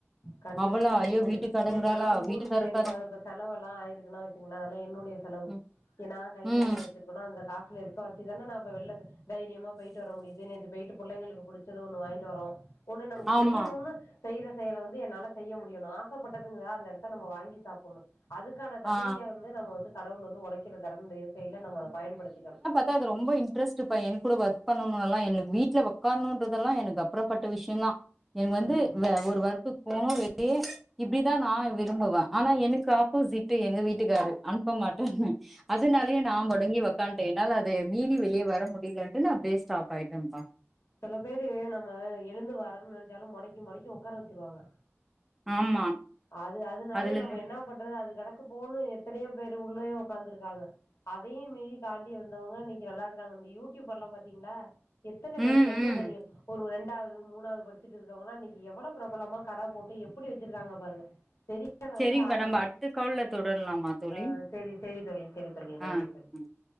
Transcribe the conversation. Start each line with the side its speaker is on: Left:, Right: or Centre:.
Left: கண்டிப்பா
Centre: அவளா
Left: இந்த
Centre: ஐயோ
Left: இன்னைக்கி
Centre: வீட்டுக்காரங்கறாளா
Left: இன்னைக்கெல்லா இந்த ஊருக்கு
Centre: வீட்டுக்காரக்காரங்க
Left: போயிருக்க அ இப்ப செலவு எல்லா ஆயிருக்குனு பாத்தீங்னா அதெல்லா என்னுடைய செலவு
Centre: ம்
Left: ஏ நா கையில
Centre: ம்
Left: என்ன வச்சு க்கனு அந்த காசுல இருக்கசிதான ந அப்ப வெள்ள தைரியமா போயிட்டு வர முடிது நேத்து போயிட்டு புள்ளைங்களுக்கு புடிச் ச்சது ஒண்ணு வாங்கிட்டு வரோ ஒண்ணு நமக்கு
Centre: ஆமா
Left: செய்யணுன்னு செய்ற செயல வந் து என்னால செய்ய முடியு நா ஆசப்பட்டதுங்தா அந்த இடத்த நம்ம வாங்கி சாப்பணு அதுக்கான தகுதிய
Centre: ஆ
Left: வந்து நம்ம வந்து கடவுள் வந்து உழக்கிற தர இருக்கையில நம்ம அத பயன்படுத்திக்கணு
Centre: ப்பா அது ரொம்ப இன்ட்ரெஸ்ட்டு பைய என்க் கூட ஒர்க் பண்ணணுலா இல்ல வீட்ல உக்காணுன்றதல்லா எனக்கு அப்புறப்பட்ட விஷய தா இவுங் வந்து
Left: ம்
Centre: வே ஒரு ஒர்க்கு போனு வெளிய இப்டிதா நா விரும்புவ ஆனா எனக்கு ஆப்போசிட்டு எங்க வீட்டுக்காரு அனுப்ப மாட்டேனு அதனாலயே நா மொடங்கி உக்கான்ட்டே என்னால அத மீறி வெளிய வர முடியலன்ட்டு நா அப்டே ஸ்டாப் ஆயிட்டேன்ப்பா
Left: சில பேரு நம்ம எழுந்து வரனு நெனச்சாலு மொடக்கி மொடக்கி உட்கார வச்சுருவாங்க
Centre: ஆமா
Left: அது அதனாலயே
Centre: அதுல இருந்து
Left: நம்ம என்ன பண்றது அது கிடக்கு போணு எத்தனையோ பேர் உள்ளயோ உக்காந்துருக்காங்க அதையு மீறி தாண்டி வந்தவங்க இன்னைக்கு நல்லா இருக்காங்க இந்த யூடியூபர் எல்லா பாத்தீங்ளா எத்தன பேரு
Centre: ம்
Left: என்ன
Centre: ம்
Left: தெரியு ஒரு ரெண்டாவது மூணாவது படிச்சுட்டு இருக்கவங்கங்களா இன்னைக்கி எவ்வள பிரபலமா கட போட்டு எப்படி வச்சிருக்காங்க பாருங்க தெரியாதவங்களே
Centre: சரிங்கப்பா
Left: ஆள்
Centre: நம்ம
Left: இல்ல
Centre: அடுத்த கால்ல தொடரலாமா தோழி
Left: ஆ செரி செரி தோழி செரி தோழி நன்றி
Centre: ஆ
Left: தோழி
Centre: ம்